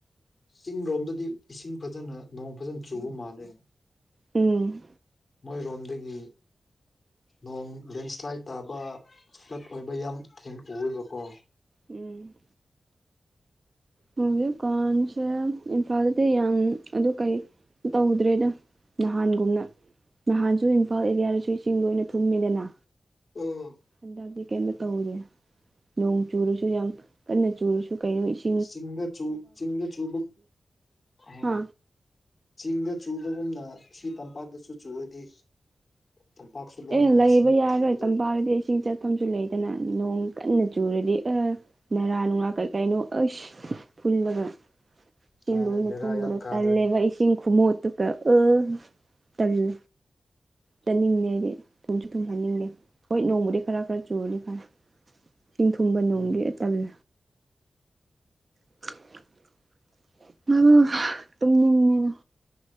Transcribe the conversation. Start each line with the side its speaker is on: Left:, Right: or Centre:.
Left: ꯆꯤꯡ ꯂꯣꯝꯗꯗꯤ ꯏꯁꯤꯡ ꯐꯖꯅ ꯅꯣꯡ ꯐꯖꯅ ꯆꯨꯕ ꯃꯥꯜꯂꯦ
Right: ꯎꯝ
Left: ꯃꯣꯏꯔꯣꯝꯗꯒꯤ ꯅꯣꯡ ꯂꯦꯟꯁ꯭ꯂꯥꯏꯠ ꯇꯥꯕ ꯐ꯭ꯂꯠ ꯑꯣꯏꯕ ꯌꯥꯝ ꯊꯦꯡ ꯎꯋꯦꯕꯀꯣ
Right: ꯎꯝ ꯍꯧꯖꯤꯛꯀꯥꯟꯁꯦ ꯏꯝꯐꯥꯜꯗꯤ ꯌꯥꯝ ꯑꯗꯨ ꯀꯩ ꯇꯧꯗ꯭ꯔꯦꯗ ꯅꯍꯥꯟꯒꯨꯝꯅ ꯅꯍꯥꯟꯁꯨ ꯏꯝꯐꯥꯜ ꯑꯦꯔꯤꯌꯥꯗꯁꯨ ꯏꯁꯤꯡ ꯂꯣꯏꯅ ꯊꯨꯝꯃꯤꯗꯅ
Left: ꯎꯝ
Right: ꯍꯟꯗꯛꯇꯤ ꯀꯩꯝꯇ ꯇꯧꯗꯦ ꯅꯣꯡ ꯆꯨꯔꯁꯨ ꯌꯥꯝ ꯀꯟꯅ ꯆꯨꯔꯁꯨ ꯀꯩꯅꯣ ꯏꯁꯤ
Left: ꯆꯤꯡꯗ ꯆꯨ ꯆꯤꯡꯗ ꯆꯨꯕ ꯑ
Right: ꯍꯥ
Left: ꯆꯤꯡꯗ ꯆꯨꯕꯒꯨꯝꯅ ꯁꯤ ꯇꯝꯄꯥꯛꯇꯁꯨ ꯆꯨꯔꯗꯤ ꯇꯝꯄꯥꯛꯁꯨ ꯂꯣꯏꯅ
Right: ꯑꯦ ꯂꯩꯕ
Left: ꯏꯁꯤꯡꯗꯣ
Right: ꯌꯥꯔꯔꯣꯏ
Left: ꯊꯟꯒꯗꯕꯅꯤ
Right: ꯇꯝꯄꯥꯛꯗꯤ ꯏꯁꯤꯡ ꯆꯠꯐꯝꯁꯨ ꯂꯩ ꯗꯅ ꯅꯣꯡ ꯀꯟꯅ ꯆꯨꯔꯗꯤ ꯑꯁ ꯅꯔꯥ ꯅꯨꯡꯂꯥ ꯀꯩ ꯀꯩꯅꯣ ꯑꯁ ꯐꯨꯜꯂꯒ ꯏꯁꯤꯡ
Left: ꯃꯥꯅꯦ
Right: ꯂꯣꯏꯅ
Left: ꯕꯦꯔꯥ
Right: ꯊꯨꯝꯕꯗꯣ
Left: ꯌꯥꯝ ꯀꯥꯗꯣꯏꯅꯦꯕ
Right: ꯇꯜꯂꯦꯕ ꯆꯤꯡ ꯈꯨꯃꯣꯠꯇꯨꯒ ꯑ ꯇꯜꯂꯦ ꯆꯠꯅꯤꯡꯂꯦ ꯑꯩꯗꯤ ꯊꯨꯝꯁꯨ ꯊꯨꯝꯍꯟꯅꯤꯡꯂꯦ ꯍꯣꯏ ꯅꯣꯡꯕꯨꯗꯤ ꯈꯔ ꯈꯔ ꯆꯨꯔꯗꯤ ꯐꯔꯦ ꯆꯤꯡ ꯊꯨꯝꯕ ꯅꯣꯡꯗꯤ
Left: ꯎꯝ
Right: ꯇꯜꯂꯦ <unintelligible> ꯇꯨꯝꯅꯤꯡꯉꯦꯗ
Left: ꯑ <unintelligible>